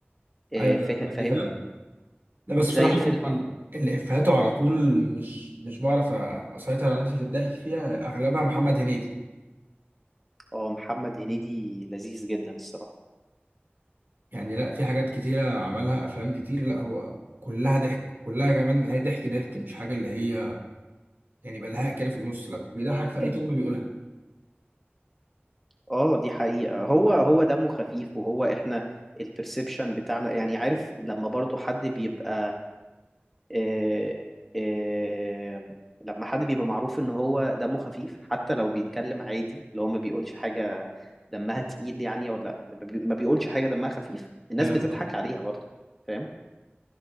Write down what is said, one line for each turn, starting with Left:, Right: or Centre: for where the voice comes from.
Centre: آه،
Right: ايوه لا
Centre: فاه-
Right: ما
Centre: فاهمني
Right: دي فعلا لا بس
Centre: زي
Right: بصراحه
Centre: فيلم
Right: ال- ال- اللي افهاته على طول مش مش بعرف اسيطر على نفسي في الضحك فيها اغلبها محمد هنيدي
Centre: اه محمد هنيدي لذيذ جدا الصراحة
Right: يعني لا في حاجات كتيره عملها افلام كتير لا هو كلها ضحك كلها كمان اللي هي ضحك ضحك مش حاجه اللي هي يعني بلهاء كده في النص لا بيضحك في
Centre: مم.
Right: اي كلمه بيقولها
Centre: اه دي حقيقة هو هو دمه خفيف وهو احنا البرسبشن بتاعنا يعني عارف لما برضو حد بيبقى آه، آه، لما حد بيبقى معروف ان هو دمه خفيف حتى لو بيتكلم عادي اللي هو ما بيقولش حاجة دمها تقيل يعني ولا ما بيقولش حاجة دمها خفيف الناس
Right: آه.
Centre: بتضحك عليها برضه فاهم